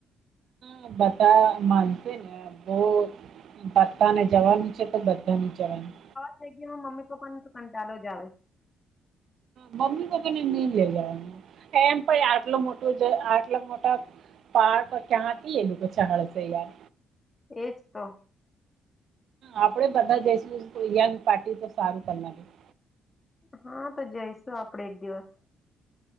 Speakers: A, on the right (about 65°); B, on the left (about 25°).
A: હ બતા માનતી ને બહ પતા ને જવાનું છે તો બધા ન જવાનું
B: થ ગ હમી પાપાનું તોકંટાલો જાવે
A: મમ્મી પપ્પી ને નહી લઈ જવાનું એમ પણ આટલો મોટો આટલા મોટા પાર્ક કેથી એ લોકો ચળસે યાર
B: એજ તો
A: આપડે બધા જઈશું યંગ પાર્ટી તો સારું બના લ્યું
B: હા તો જઈશું આપડે એક દિવસ